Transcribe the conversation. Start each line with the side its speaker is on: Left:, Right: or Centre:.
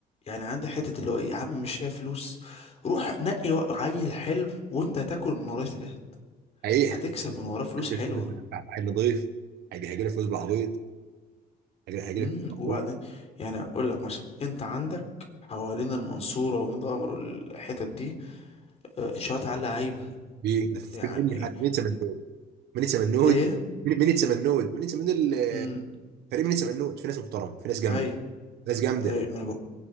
Left: يعني عندي حتة اللي هو ايه يا عم مش هي فلوس روح نقي و- عيل حلو وانت هتاكل من وراه شهد
Right: حقيقي
Left: هتكسب
Right: إحنا
Left: من وراه فلوس
Right: بنلبس
Left: حلوة
Right: فلوس إحنا عيل نضيف هيجي هيجي لك فلوس بالعبيط هيجي هيجي
Left: امم
Right: لك فلوس
Left: وبعدين
Right: بالعبيط
Left: يعني اقول لك مثلا انت عندك حوالين المنصوره وميت غمر الحتت دي آه، انشاءات عاليه عيبه
Right: في ده في
Left: يعني
Right: مني حد مين سمنود مين سمنود
Left: ايه
Right: مين مين سمنود مين سمنود ال-
Left: امم
Right: فريق مين سمنود في ناس محترمه في ناس جامده
Left: ايوه
Right: ناس جامده
Left: ايوه ما انا بقول